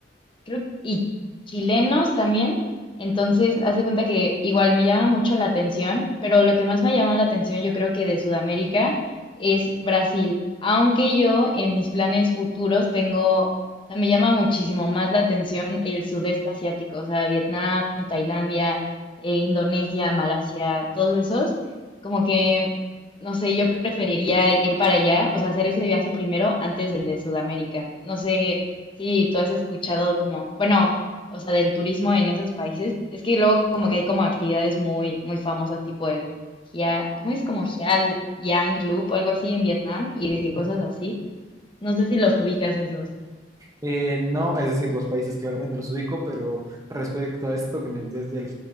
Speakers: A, on the left; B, on the right.
A: creo, y chilenos también. Entonces, haz de cuenta que igual me llama mucho la atención, pero lo que más me llama la atención, yo creo que de Sudamérica es Brasil. Aunque yo en mis planes futuros tengo, o sea, me llama muchísimo más la atención el sudeste asiático, o sea, Vietnam, Tailandia, eh, Indonesia, Malasia, todos esos. Como que, no sé, yo preferiría ir para allá, o sea, hacer ese viaje primero antes del de Sudamérica. No sé. Sí, tú has escuchado como, bueno, o sea, del turismo en esos países. Es que luego como que hay como actividades muy, muy famosas, tipo el Hia, ¿cómo es? Como Hia Yang Loop o algo así en Vietnam y de qué
B: Ujú.
A: cosas así. No sé si los ubicas esos.
B: Eh, no, es decir, los países claramente los ubico, pero respecto a esto que me desde el